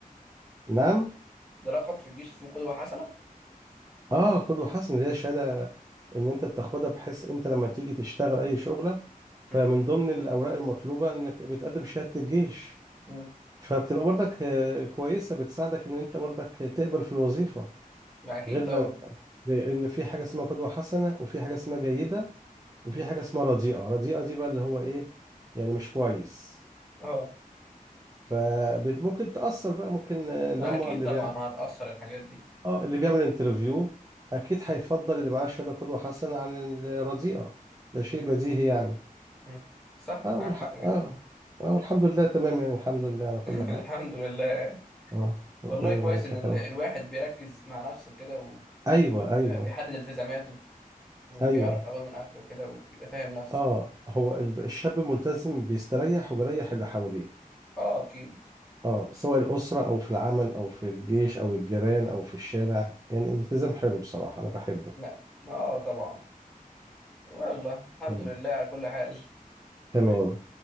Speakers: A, on the right; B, in the centre.
A: نعم
B: ده لقب في الجيش اسمه قدوه حسنه
A: اه قدوة حسنة اللي هي شهادة ان انت بتاخدها بحيث انت لما تيجي تشتغل اي شغلة فمن
B: مم.
A: ضمن الاوراق المطلوبة انك بتقدم شهادة الجيش
B: مم.
A: فبتبقى برضك آه، كويسة بتساعدك ان انت برضك تقبل في الوظيفة
B: ما اكيد
A: غير
B: طبعا
A: لو لأن في حاجة اسمها قدوة حسنة وفي حاجة اسمها جيدة وفي
B: مم.
A: حاجة اسمها رديئة رديئة دي بقى اللي هو إيه يعني مش كويس
B: اه
A: فممكن تأثر بقى ممكن آه، اللي
B: ما
A: هم
B: اكيد
A: اللي
B: طبعا
A: بيع
B: هتاثر الحاجات دي
A: اه اللي بيعمل انترفيو أكيد هيفضل اللي معاه شهادة قدوة حسنة عن الرديئة ده شيء
B: مم.
A: بديهي يعني
B: مم. صح
A: اه
B: معاك
A: والح...
B: حق
A: اه
B: جدا
A: آه، والحمد لله تمام يعني الحمد لله على كل
B: <laughs> الحمد
A: حاجة
B: لله
A: اه ربنا
B: والله كويس
A: يبارك
B: ان
A: لك
B: ال-
A: يا رب
B: الواحد بيركز مع نفسه كده و...
A: ايوه ايوه
B: بيحدد التزاماته وبيعرف
A: ايوه
B: أول من آخره وكده وبيبقى فاهم نفسه
A: اه هو ال- الشاب الملتزم بيستريح وبيريح اللي حواليه
B: اه أكيد
A: اه سواء الأسرة أو في العمل أو في الجيش أو الجيران أو في الشارع يعني الالتزام حلو بصراحة أنا بحبه
B: لا ما اه طبعا والله الحمد
A: مم.
B: لله على كل حال <laughs>
A: تمام